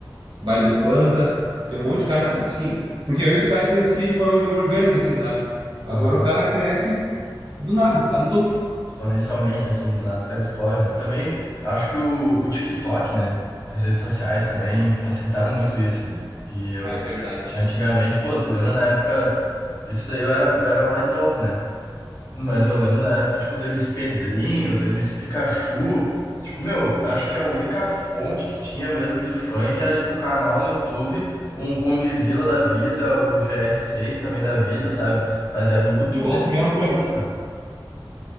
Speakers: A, on the right (about 80°); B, on the left (about 35°).
A: Baile do Panta. Tem um monte de cara, da- assim, porque antes o cara crescia de forma, digamos, orgânica, assim, sabe? Agora
B: Aham.
A: o cara cresce do nada, tá no topo.
B: Exponencialmente, assim, do nada o cara explode, né? Também acho que o, o TikTok, né? As redes sociais também facilitaram muito isso, né? Que eu-
A: Ah, é verdade.
B: antigamente, pô, tu lembra na época, isso daí eu era, eu era mais novo, né? Mas eu lembro na época, tipo, do MC Pedrinho, do MC Pikachu. Tipo, meu, acho que a única fonte que tinha mesmo de funk era, tipo, canal no YouTube, um Condizila da vida, o GR6 também da vida, sabe? Mas era o YouTube
A: E volta
B: só
A: e meia no
B: a fonte,
A: pânico.
B: né?